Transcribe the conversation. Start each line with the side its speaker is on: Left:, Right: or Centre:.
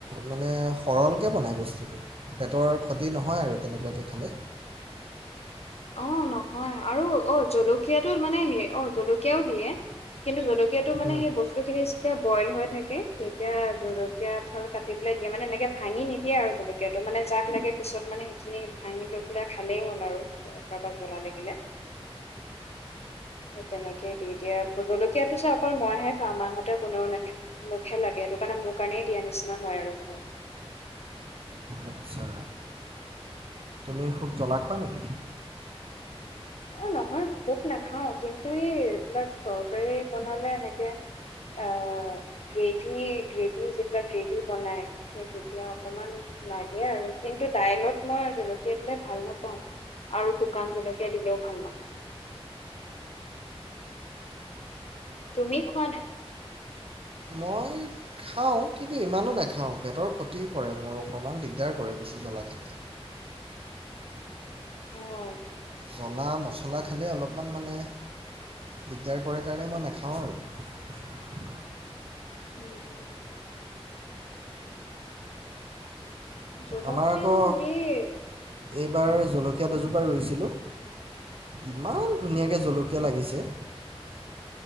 Right: মানে সৰলকৈ বনায় বস্তুটো, পেটৰ ক্ষতি নহয় আৰু তেনেকুৱাকৈ খালে।
Left: অঁ নহয় আৰু অঁ জলকীয়াটো মানে হে অঁ জলকীয়াও দিয়ে, কিন্তু জলকীয়া জলকীয়া তো মানে
Right: হুম,
Left: সেই বস্তু খিনি তেতিয়া বইল হৈ থাকে তেতিয়া জলকীয়া এফাল কাটি পেলাই দিয়ে মানে এনেকে ভাঙি নিদিয়ে আৰু জলকীয়াটো মানে যাক লাগে পিছত মানে সেইখিনি ভাঙি লৈ পেলাই খালেই হ'ল আৰু। কাৰোবাক জ্বলা লাগিলে, সেই তেনেকেই দি এয়া জলকীয়াটো যে অকল মইহে খাও মাহঁতে কোনেও মুখহে লাগে সেইটো কাৰণে মোৰ কাৰণেই দিয়া নিচিনা হয় আৰু ভাল
Right: আচ্ছা তুমি খুব জলা খোৱা নেকি?
Left: এ নহয় খোব নাখাওঁ কিন্তু এই এইবিলাক তৰকাৰী বনালে এনেকে আহ গ্ৰেভি-গ্ৰেভি যিবিলাক গ্ৰেভিবনাই সেই তেতিয়া অকমান লাগে আৰু কিন্তু দাইলত মই জলকীয়া দিলে ভাল নাপাওঁ আৰু শুকান জলকীয়া দিলেও ভাল নাপাওঁ। তুমি খোৱা নাই?
Right: মই খাওঁ কিন্তু ইমানো নাখাওঁ, পেটৰ ক্ষতি কৰে মোৰ অকণমান দিগদাৰ কৰে বেছি জ্বলা খালে।
Left: অঁ।
Right: জ্বলা, মছলা খালে অলপমান মানে, দিগদাৰ কৰে কাৰণে মই নাখাওঁ আৰু।
Left: উম উম। জলকীয়া
Right: আমাৰ আকৌ,
Left: এই
Right: এইবাৰ জলকীয়া দুজোপ পা ৰুইছিলোঁ, ইমান ধুনীয়াকৈ জলকীয়া লাগিছে।